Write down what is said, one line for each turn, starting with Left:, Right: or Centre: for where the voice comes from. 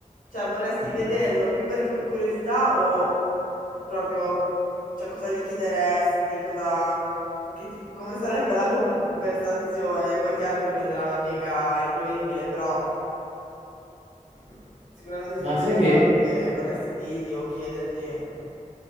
Left: cioè, vorresti
Right: così.
Left: vederlo più per cu- curiosità o proprio, cioè, cosa gli chiederesti, cosa, che ti- come sarebbe la conversazione? Poi è chiaro che prenderà una piega imprevedibile, però mm, sicuramente ci
Right: Ma
Left: sono delle
Right: sai che
Left: cose che vorresti dirgli o chiedergli.